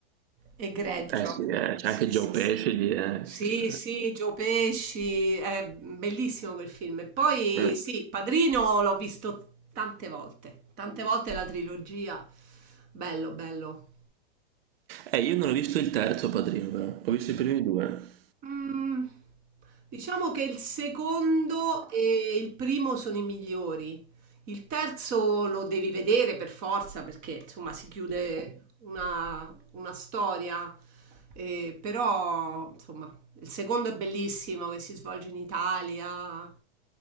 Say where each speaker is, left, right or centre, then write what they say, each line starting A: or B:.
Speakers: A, on the right; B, on the right.
A: egregio.
B: Eh sì, eh, c'è
A: Sì,
B: anche Joe
A: sì, sì.
B: Pesci lì, eh.
A: Sì,
B: Cioè,
A: sì, Joe Pesci, è bellissimo quel film. E poi
B: eh.
A: sì, Padrino l'ho visto tante volte, tante volte la trilogia. Bello, bello.
B: Eh, io non ho visto il terzo Padrino, però. Ho visto i primi due.
A: Mm, diciamo che il secondo e il primo sono i migliori. Il terzo lo devi vedere per forza perché insomma si chiude una, una storia, Eh, però insomma il secondo è bellissimo che si svolge in Italia.